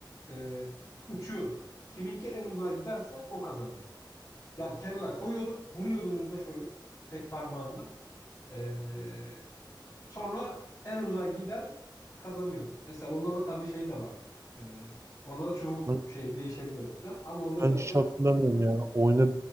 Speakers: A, on the left (about 35°); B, on the right (about 35°).
A: e, uçuyordu. Kiminki en uzağa giderse o kazanıyordu. Yani kenara koyuyordun, vuruyordun ucuna şöyle tek parmağında. Ee, sonra en uzağa giden kazanıyordu. Mesela onda da tabii şey de vardı. Ee, ona da çubuk
B: Ben,
A: şey değişebiliyordu falan. Ama onda
B: ben
A: biraz
B: hiç
A: da
B: hatırlamıyorum ya. Oyna,